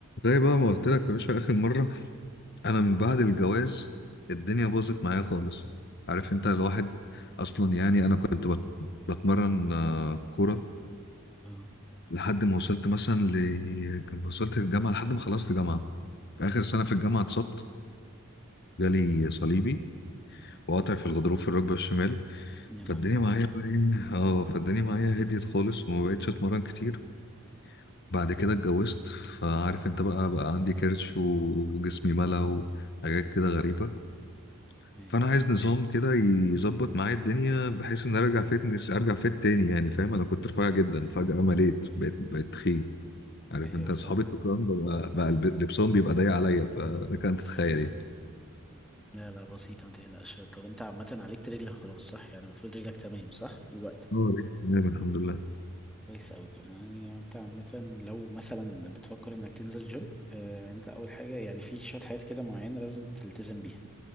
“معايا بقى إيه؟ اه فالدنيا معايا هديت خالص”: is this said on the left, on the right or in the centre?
Left